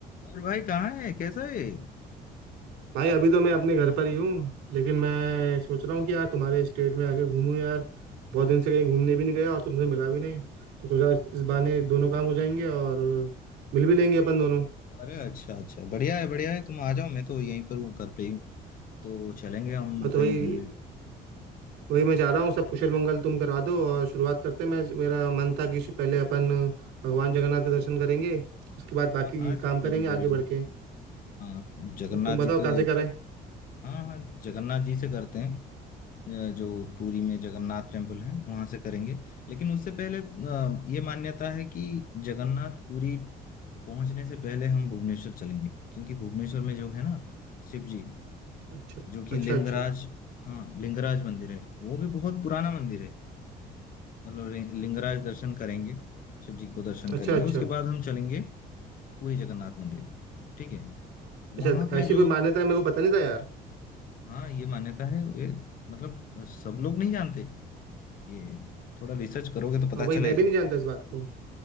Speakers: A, on the left; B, on the right.
A: और भाई कहाँ है कैसा है
B: भाई अभी तो मैं अपने घर पर ही हूँ लेकिन मैं सोच रहा हूँ कि यार तुम्हारे स्टेट में आके घूमूं यार बहुत दिन से कहीं घूमने भी नहीं गया और तुमसे मिला भी नहीं तो सोचा इस इस बहाने दोनों काम हो जाएंगे और मिल भी लेंगे अपन दोनों
A: अरे अच्छा अच्छा बढ़िया है बढ़िया है तुम आ जाओ मैं तो यहीं पर हूँ घर पे ही हूँ तो चलेंगे हम
B: और तो
A: कहीं
B: भाई
A: घूमने
B: वही मैं चाह रहा हूँ सब कुशल मंगल तुम करा दो और शुरुआत करते हैं मैं मेरा मन था कि पहले अपन भगवान जगन्नाथ के दर्शन करेंगे उसके बाद बाकी
A: हाँ हाँ ज-
B: काम करेंगे
A: जरूर जरूर
B: आगे
A: जरूर
B: बढ़ के
A: हाँ जगन्नाथ
B: तो तुम बताओ
A: जी
B: कहाँ
A: तो
B: से करें
A: हाँ हाँ जगन्नाथ जी से करते हैं अ, जो पुरी में जगन्नाथ टेम्पल है वहां से करेंगे लेकिन उससे पहले अ, ये मान्यता है कि जगन्नाथ पुरी पहुंचने से पहले हम भुवनेश्वर चलेंगे क्योंकि भुवनेश्वर में जो है ना शिव जी
B: अच्छा
A: जो कि
B: अच्छा
A: लिंगराज
B: अच्छा
A: हाँ लिंगराज मंदिर है वो भी बहुत पुराना मंदिर है मतलब लि- लिंगराज दर्शन करेंगे शिव जी को दर्शन
B: अच्छा
A: करेंगे
B: अच्छा
A: उसके बाद हम चलेंगे पूरी जगन्नाथ मंदिर ठीक है
B: अच्छा
A: वहां
B: तो
A: पे
B: ऐसी
A: जो
B: कोई मान्यता है मेरे को पता नहीं था यार
A: हाँ ये मान्यता है ये मतलब अ, सब लोग नहीं जानते ये थोड़ा रिसर्च करोगे तो
B: हाँ
A: पता
B: भाई
A: चलेगा
B: मैं भी नहीं जानता इस बात को